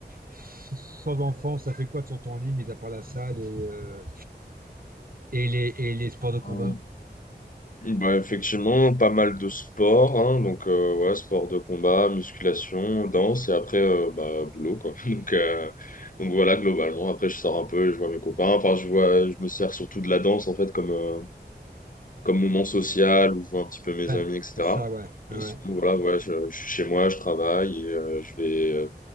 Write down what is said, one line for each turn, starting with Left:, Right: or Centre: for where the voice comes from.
Right: sans enfant, ça fait quoi de son temps libre, mis à part la salle et, euh, et les, et les sports de combat?
Left: Euh, Bah, effectivement, pas mal de sports, hein, donc euh, ouais, sport de combat, musculation, danse, et après, euh, bah, boulot, quoi. <laughs> Donc, euh, donc voilà, globalement, après, je sors un peu, et je vois mes copains, enfin, je vois, je me sers surtout de la danse, en fait, comme, euh, comme moment social où je vois un petit peu mes
Right: Ouais,
Left: amis, etc.
Right: c'est ça, ouais. ouais,
Left: Mais
Right: ouais.
Left: sinon, voilà, ouais, je, je suis chez moi, je travaille et euh, je vais euh,